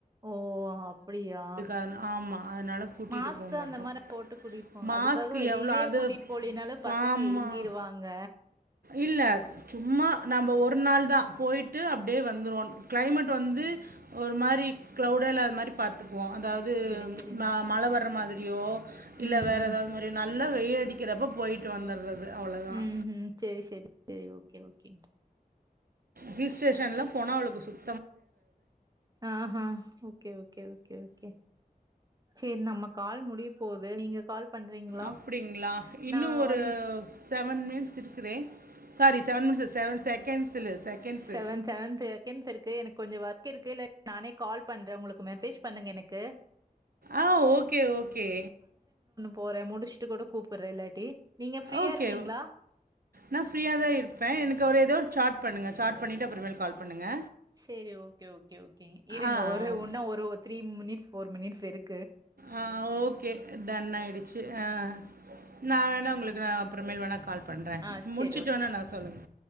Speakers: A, on the right; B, on the right.
A: ஓ அப்படியா
B: அது ஆமாம் அதனால கூட்டிகிட்டு
A: மாஸ்க்
B: போக மாட்டோம்
A: அந்த மாதிரி போட்டு கூட்டிட்டு போங்க
B: மாஸ்க்
A: அதுக்காக வெளியவே
B: எவ்வளோ அது
A: கூட்டிட்டு போலனாலும் பசங்க
B: ஆமாம்
A: ஏங்கிருவாங்க
B: இல்லை சும்மா நம்ம ஒரு நாள் தான் போய்ட்டு அப்படியே வந்துடுவோம் கிளைமேட் வந்து ஒரு மாதிரி க்ளவுடே இல்லாத மாதிரி பார்த்துக் வோம் அதாவது
A: சரி, சரிங்க.
B: மழை வர்ற மாதிரியோ இல்ல
A: ம்,
B: வேற
A: ம்,
B: ஏதாவது மாதிரியோ நல் நல்லா வெயில் அடிக்கிறப்போ போயிட்டு வந்துடுறது அவ்வளோதான்
A: உம் உம் செரி செரி செரி ஓகே ஓகேங்க
B: ஹில் ஸ்டேஷன்லாம் போனா அவளுக்கு சுத்
A: ஆஹ்ஹ் ஓகே ஓகே ஓகே ஓகே சேரி நம்ம கால் முடிய போகுது நீங்க கால் பண்றீங்களா?
B: அப்டிங்களா இன்னும்
A: நான்
B: ஒரு
A: வந்து
B: செவன் மினிட்ஸ் இருக் sorry seven mins seven seconds இல்லை செகண்ட்ஸு
A: செவன் செவன் செகண்ட்ஸ் இருக்கு எனக்கு கொஞ்சம் ஒர்க் இருக்குல்ல நானே கால் பண்றேன் உங்களுக்கு மெசேஜ் பண்ணுங்க எனக்கு
B: ஆஹ் ஓகே ஓகே
A: போற முடிச்சிட்டு கூட கூப்பிடுறன் இல்லாட்டி நீங்க ஃப்ரீயா
B: ஓகே
A: இருப்பீங்களா?
B: நான் ஃப்ரீயா தான் இருப்பேன் எனக்கு ஒரு ஏதோ ஒரு சாட் பண்னுங்க சார்ட் பண்ணிட்டு அப்புறமேல் கால் பண்னுங்க
A: சரி ஓகே ஓகே ஓகேங்க இருங்க
B: ஆ
A: ஒரு
B: ஓகே
A: இன்னா ஒரு த்ரீ மினிட்ஸ் போர் மினிட்ஸ் இருக்
B: ஆ ஓகே டன் ஆயிடுச்சு ஆ நான் வேணா உங்களுக்கு நான் அப்புறமேல் வேணா கால் பண்றேன்
A: ஆ
B: முடிச்சுட்டு
A: சரி ஓகே.
B: வேணா நான் சொல்லுங்க